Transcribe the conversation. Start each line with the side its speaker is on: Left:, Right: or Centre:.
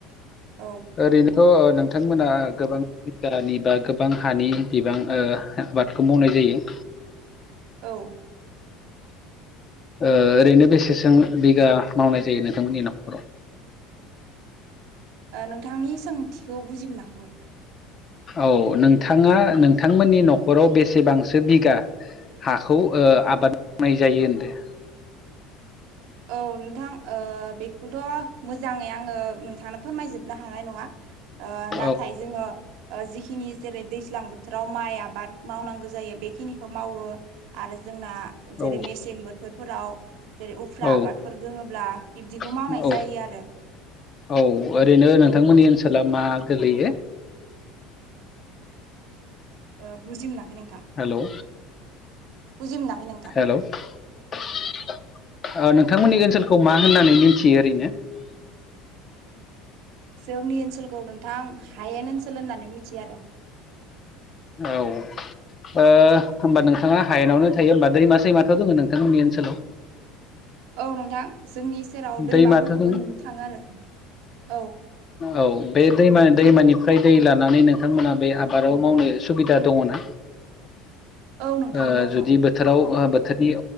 Right: औ
Left: ओरैनोथ' ओ नोंथांमोना गोबां दालि बा गोबां हानि बिबां ओ आबादखौ मावनाय जायो।
Right: औ
Left: ओ ओरैनो बेसेसो बिगा मावनाय जायो नोंथांमोननि न'खराव
Right: ओ नोंथांनि सोंथिखौ बुजि मोनाखैमोन।
Left: औ नोंथाङा नोंथांमोननि न'खराव बेसेबांसो बिगा हाखौ ओ आबाद मावनाय जायो होनदो?
Right: औ नोंथां ओ बेखौथ' मोजाङै आङो नोंथांनो फोरमायजोबनो हानाय नङा। ओ
Left: औ
Right: नाथाय जोङो ओ जिखिनि जेरै दैज्लां बोथोराव माइ आबाद मावनांगौ जायो बेखिनिखौ मावो। आरो जोंना जेरै
Left: औ
Right: मेसें बोथोरफोराव जेरै उफ फ्रा
Left: औ
Right: आबादफोर दोङोब्ला बिब्दिखौ
Left: औ
Right: मावनाय जायो आरो।
Left: औ ओरैनो नोंथांमोननि
Right: औ
Left: ओनसोला मा गोलैयो?
Right: ओ बुजिमोनाखै नोंथां
Left: हेलौ
Right: बुजि मोनाखै नोंथां।
Left: हेल' ओनोंथांमोननि ओनसोलखौ मा होननानै मिथियो ओरैनो
Right: जोंनि ओनसोलखौ नोंथां हायेन ओनसोल होननानै मिथियो आरो
Left: औ ओ होमबा
Right: औ
Left: नोंथाङा हायेनावनो थायो होमब दैमा सैमाथ दङ नोंथांमोननि ओनसोलाव
Right: औ नोंथां जोंनि सेराव दैमाफोरखौबो
Left: दैमाथ' दङ
Right: नुनो थाङो आरो औ
Left: औ बे दैमा दैमानिफ्राय दै लानानै नोंथांमोना बे आबादाव मावनो सुबिदा दङ ना?
Right: <inaudible>
Left: ओ
Right: दङ
Left: जुदि बो बोथोराव ओ बोथोरनि